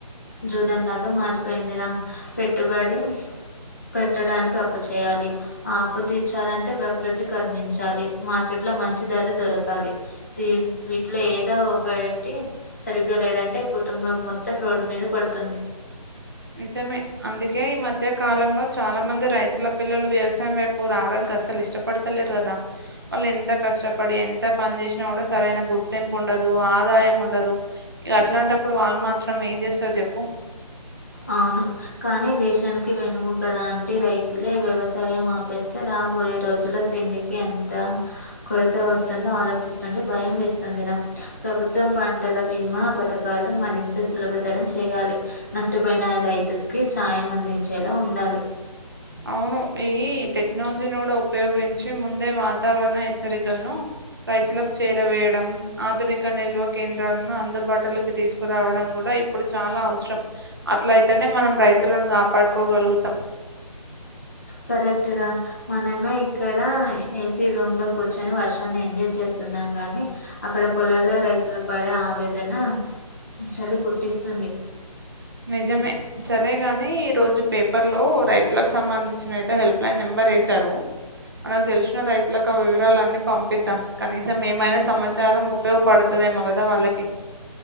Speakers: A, on the left; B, on the right.
A: జూదంలాగా మ మారిపోయిందిరా పెట్టుబడి పెట్టడానికి అప్పు చేయాలి ఆ అప్పు తీర్చాలంటే ప్రకృతి కరుణించాలి మార్కెట్ ఇట్లా మంచి ధర దొరకాలి దీ వీటిలో ఏదో ఒకటి సరిగ్గా లేదంటే కుటుంబం మొత్తం రోడ్డు మీద పడుతుంది
B: నిజమే అందుకే ఈ మధ్య కాలంలో చాలా మంది రైతుల పిల్లలు వ్యవస వైపు రావడానికి అసలు ఇష్టపడతలేరు కదా వాళ్ళు ఎంత కష్టపడి ఎంత పని చేసినా కూడా సరైన గుర్తింపు ఉండదు ఆదాయం ఉండదు ఇ అట్లాంటప్పుడు వాళ్ళు మాత్రం ఏం చేస్తారు చెప్పు అ
A: అవును కానీ దేశానికి వెన్నుముక్క లాంటి రైతులే వ్యవసాయం ఆపేస్తే రాబో పోయే రోజుల్లో తిండికి ఎంత కొరత వస్తుందో ఆలోచిస్తుంటే భయం వేస్తుందిరా ప్రభుత్వం పంటల బీమా పథకాలు మరింత సులభతరం చేయాలి నష్టపోయిన రైతుకి సాయం అందించేలా ఉండాలి
B: అవును ఈ టెక్నాలజీని కూడా ఉపయోగించి ముందే వాతావరణ హెచ్చరికలను రైతులకు చేరవేయడం ఆధునిక నిల్వ కేంద్రాలను అందుబాటులోకి తీసుకురావడం కూడా ఇప్పుడు చాలా అవసరం అట్ల అయితేనే మనం రైతులను కాపాడుకోగలుగుతాం
A: కరెక్ట్ రా మనమే ఇక్కడ ఏసీ రూమ్ లో కూర్చొని వర్షాన్ని ఎంజాయ్ చేస్తున్నా గాని అక్కడ పొలాల్లో రైతులు పడే ఆవేదన చలి పుట్టిస్తుంది
B: నిజమే సరేగాని ఈ రోజు పేపర్ లో రైతులకు సంబంధించినయితే హెల్ప్లైన్ నెంబర్ నెంబర్ వేసారు మనకు తెలిసిన రైతులకు ఆ వివరాలన్నీ పంపిద్దాం కనీసం ఏమైనా సమాచారం ఉపయోగపడుతుంది ఏమో కదా వాళ్ళకి